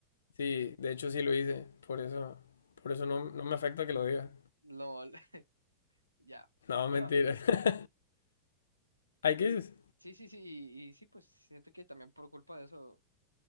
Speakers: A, on the left; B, on the right.
A: sí, de hecho sí lo hice. Por eso, por eso no, no me afecta que lo diga.
B: LOL, <laughs> ya.
A: No,
B: Bueno,
A: mentira.
B: y,
A: <laughs> Hay crisis.
B: y- sí, sí, sí, y, y sí, pues siento que también por culpa de eso,